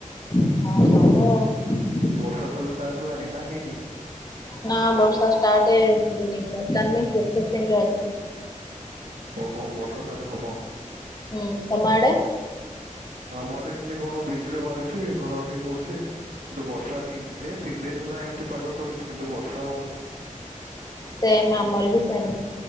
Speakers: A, on the left; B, on the right.
A: ହଁ ହଉଉ।
B: ବର୍ଷାଷ୍ଟାର୍ଟ ହେଲାଣି ନା ହେଇନି।
A: ନା ବର୍ଷା ଷ୍ଟାର୍ଟ ହଏନି ବର୍ତ୍ତମାନ ପ୍ରସେସିରେ ଅଛି।
B: ଓ ହୋ ବର୍ଷ ଚାଲେ ହବ।
A: ହୁଁ ତମଆଡ଼େ।
B: ଆମ ଏଡ଼ ଖାଲି କଣ ବିଜୁଳି ମାରୁଛି ଘଡଘଡି ହଉଛି। କିନ୍ତୁ ବର୍ଷା ହେଇନି ହେ ତିନି ଦିନ ହେଲା ଏମିତି ପାଗ କରୁଛି କିନ୍ତୁ ବର୍ଷା ହଉନି।
A: ସେମ୍ ଆମର ବି ସେମ୍।